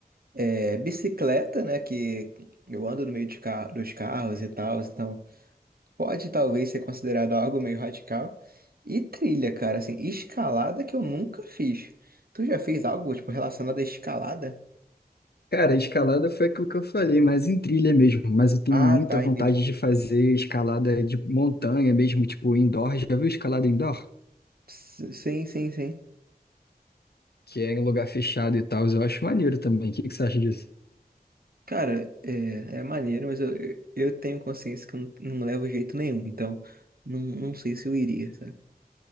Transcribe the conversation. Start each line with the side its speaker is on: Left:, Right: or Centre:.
Right: É, bicicleta, né? Que eu ando no meio de ca- dos carros e tal, então. pode talvez ser considerado algo meio radical. E trilha, cara, assim, escalada que eu nunca fiz. Tu já fez algo, tipo, relacionado à escalada?
Left: Cara, a escalada foi aquilo que eu falei, mas em trilha mesmo. Mas eu tenho
Right: Ah,
Left: muita
Right: tá,
Left: vontade
Right: entendi.
Left: de fazer escalada de montanha mesmo, tipo indoor. Já viu escalada indoor?
Right: S- Sim, sim, sim.
Left: Que é em lugar fechado e tal. Eu acho maneiro também. O que que você acha disso?
Right: Cara, é, é maneiro, mas eu, eu eu tenho consciência que eu não, não levo jeito nenhum, então não, não sei se eu iria, sabe?